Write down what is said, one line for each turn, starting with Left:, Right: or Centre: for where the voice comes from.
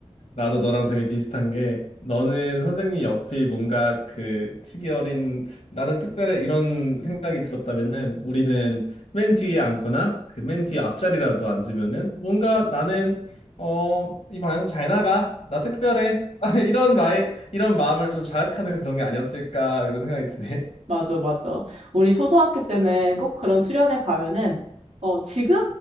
Left: 나도 너랑 되게 비슷한 게 너는 선생님 옆이 뭔가 그 시기 어린 나는 특별히 이런 생각이 들었다면은 우리는 맨 뒤에 앉거나 그 맨 뒤에 앞자리라도 앉으면은 뭔가 나는 어 이 반에서 잘 나가 나 특별해 <laughs> 이런 말 이런 마음을 좀 자극하는 그런 게 아니었을까 이런 생각이 드네.
Right: 맞아, 맞아. 우리 초등학교 때는 꼭 그런 수련회 가면은, 어, 지금